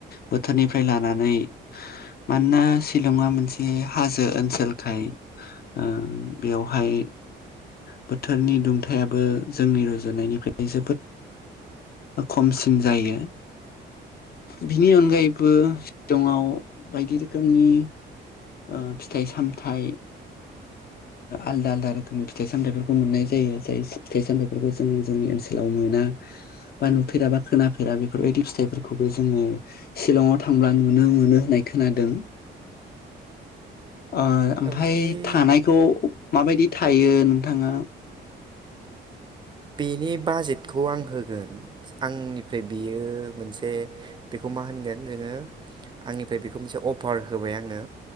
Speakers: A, on the left; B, on the right.
A: बोथोरनिफ्राय लानानै मानोना शिलंआ मोनसे हाजो ओनसोलखाय ओ बेवहाय बोथोरनि दुं थायाबो जोंनि रुजुनायनिफ्राय जोबोद खमसिन जायो। बिनि अनगायैबो सिलंआव बायदि रोखोमनि ओ फिथाइ सामथाइ आलदा आलदा रोखोमनि फिथाइ सामथाइफोरखौ मोननाय जायो जाय फिथाइ सामथाइफोरखौ जों जोंनि ओनसोलाव मोना। बा नुफेरा बा खोनाफेरा बेफोरबायदि फिथाइफोरखौबो जोङो शिलंआव थांब्ला नुनो मोनो होननाय खोनादों। ओ ओमफाय
B: ओमफ्राय
A: थानायखौ माबायदि थायो नोंथाङा?
B: बेनि बाजेटखौ आं होगोन आंनिफ्राय बेयो मोनसे बेखौ मा होनगोन जोङो? आंनिफ्राय बेखौ मोनसे अफार होबाय आङो।